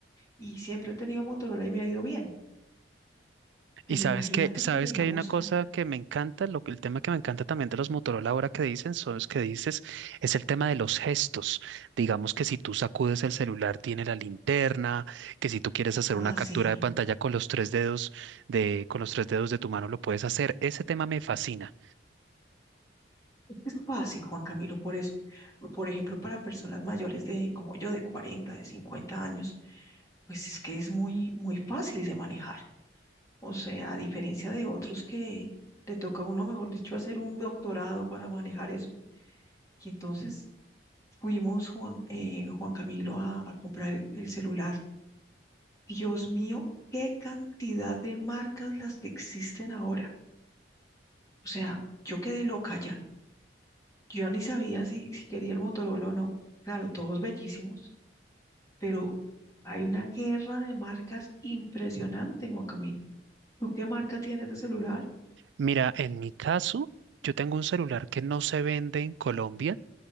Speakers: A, on the left; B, on the right.
A: y siempre he tenido Motorola y me ha ido bien, pero
B: Y sabes
A: imagínate
B: que, sabes
A: que llegamos
B: que hay una cosa
A: allá.
B: que me encanta, lo que, el tema que me encanta también de los Motorola ahora que dicen, son los que dices, es el tema de los gestos. Digamos que si tú sacudes el celular, tiene la linterna, que si tú quieres hacer
A: Ah,
B: una captura
A: sí.
B: de pantalla con los tres dedos de, con los tres dedos de tu mano, lo puedes hacer. Ese tema me fascina.
A: Es fácil, Juan Camilo, por eso. Por ejemplo, para personas mayores de, como yo, de 40, de 50 años, pues es que es muy, muy fácil de manejar. O sea, a diferencia de otros que le toca a uno, mejor dicho, hacer un doctorado para manejar eso. Y entonces fuimos, Juan, eh, Juan Camilo, a, a comprar el, el celular. Dios mío, qué cantidad de marcas las que existen ahora. O sea, yo quedé loca Yo ni sabía si, si quería el Motorola o no. Claro, todos bellísimos, pero hay una guerra de marcas impresionante, Juan Camilo. ¿Tú qué marca tienes de celular?
B: Mira, en mi caso, yo tengo un celular que no se vende en Colombia.